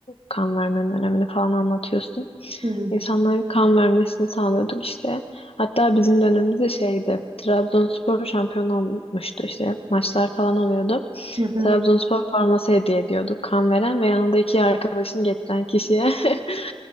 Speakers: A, on the left (about 65°); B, on the right (about 50°).
A: Kan vermenin önemini falan anlatıyorsun.
B: Hı hı.
A: İnsanların kan vermesini sağlıyorduk işte. Hatta bizim dönemimizde şeydi. Trabzonspor şampiyon olmuştu işte. Maçlar falan oluyordu.
B: hı. hı.
A: Trabzonspor forması hediye ediyorduk kan veren ve yanında iki arkadaşını getiren kişiye. <laughs>